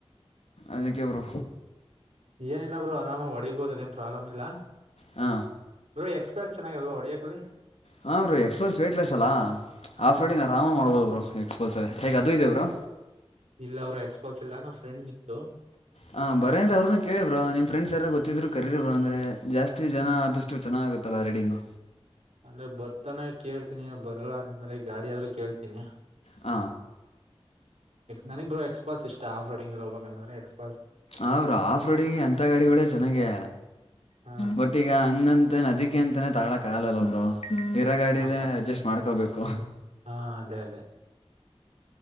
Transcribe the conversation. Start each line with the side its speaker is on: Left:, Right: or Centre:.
Left: ಅದಕ್ಕೆ ಇವರು
Right: ಏನಿಲ್ಲಬ್ರು ಆರಾಮ ಹೊಡಿಬೋುದು ಅದೇನ್ ಪ್ರಾಬ್ಲಮ್ ಇಲ್ಲ
Left: ಹ
Right: ಬ್ರೋ ಎಕ್ಸ್ಪರ್ಟ್ ಚೆನ್ನಾಗಿಲ್ವ ಹೊಡಕಕ್ಲಿ
Left: ಹಾಂ ಬರು ಎಕ್ಸ್ಪೋಲ್ಸ್ ವೇಟ್ಲೆಸ್ಲ್ಲ
Right: ಹಾ
Left: ಆಫ್ ರೋಡಂಗ
Right: ಸಾಕ್
Left: ಆರಾಮಾಗಿ ಮಾಡ್ಬೋದು ಬರು ಎಕ್ಸ್ಪೋಲ್ಸಲ್ಲಿ
Right: ಹ್ಮ್
Left: ಹೇಗೆ ಅದು ಇದೆ ಬರು
Right: ಇಲ್ಲ ಅವ್ರು ಎಕ್ಸ್ಪಾಲ್ಸ್ ಇಲ್ಲ ನಮ್ಮ್ ಫ್ರೆಂಡ್ ಬಿತ್ತು
Left: ಹಾ ಬರೇಂದ ಅವ್ರನು ಕೇಳೇಬ್ರ ನಿ್ ಫ್ರೆಂಡ್ಸ್ ಎಲ್ಲ ಗೊತ್ತಿದ್ರು ಕರೀರಿಬ್ರ ಅಂದ್ರೆ ಜಾಸ್ತಿ ಜನ ಆದಷ್ಟು ಚೆನ್ನಾಗಿ ಆಗುತ್ತಲ್ಲ ರೀಡಿಂಗ್
Right: ಅಂದ್ರೆ ಬರ್ತಾನೆ ಕೇಳ್ತೀನಿ ಬರಲ್ಲ ಅಂತ ಮೇಲೆ ಗಾಡಿಾದ್ರೂ ಕೇಳ್ತೀನಿ
Left: ಹ
Right: ನನಗ್ ಎಕ್ಸ್ಪಾಸ್ ಇಷ್ಟ ಆಫ್ ರೋಡಿಂಗಗೆಲ್ಲಿ ಹೋಗಬೇಕ ಅಂದ್ರೆ ಎಕ್ಸ್ಪ
Left: ಅವರು ಆಫ್ ರೋಡಂಗ ಎಂತ ಗಾಡಿಗಳೆ ಚೆನ್ನಾಗೇ
Right: ಹಾ
Left: ಬಟ್ ಈಗ ಹಂಗಂತೇನ್ ಅದಿಕ್ ಅಕೆ ಅಂತಾನೇ ತಗಳಕ್ಗಾಲಲ್ಲ ಬರು ಇರೋ ಗಾಡಲ್ಲೇ
Right: ಹಾ ಬ್ರೋ
Left: ಅಡ್ಜಸ್ಟ್ ಮಾಡ್ಕೋಬೇಕು
Right: ಹಾ ಅದೇ ಅದೇ